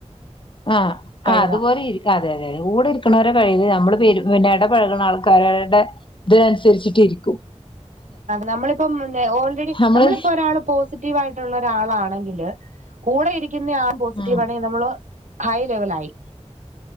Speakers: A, on the left (about 45°); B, on the right (about 80°).
A: ആഹ്
B: കഴിവാ
A: ആ അതുപോലെ ഇരി അതെയതെയതെ കൂടെ ഇരിക്കണോരെ കഴിവ് നമ്മള് പെരു പിന്നെ എടപഴകണ ആൾക്കാരുടെ ഇത്നുസരിച്ചിട്ടിരിക്കും.
B: നമ്മളിപ്പം ഓൾറെഡി,
A: നമ്മള്
B: നമ്മളിപ്പോ ഒരാള് പോസിറ്റീവായിട്ടുള്ള ഒരാളാണെങ്കില് കൂടെ ഇരിക്കുന്ന ആൾ പോസിറ്റീവ്
A: ആഹ്
B: ആണെങ്കിൽ നമ്മള് ഹൈ ലെവലയി.